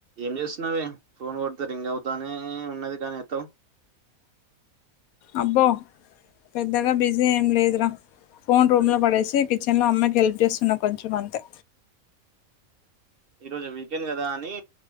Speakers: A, on the right; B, on the left.
A: ఏం చేస్తున్నావే ఫోన్ గొడితే రింగ్ అవుతానే ఉన్నది గానీ ఎత్తవ్
B: అబ్బో పెద్దగా బిజీ ఏం లేదురా ఫోన్ రూమ్ లో పడేసి కిచెన్ లో అమ్మకి హెల్ప్ చేస్తున్నా కొంచెం అంతే
A: ఈ రోజు వీకెండ్ గదా అని